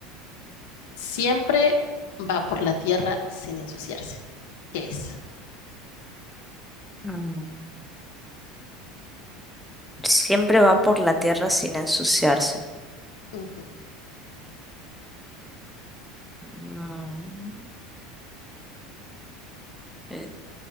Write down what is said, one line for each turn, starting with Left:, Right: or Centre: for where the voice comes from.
Left: Siempre va por la tierra sin ensuciarse. ¿Qué es?
Centre: Mm. Siempre va por la tierra sin ensuciarse.
Left: Ujú.
Centre: Mm. Eh,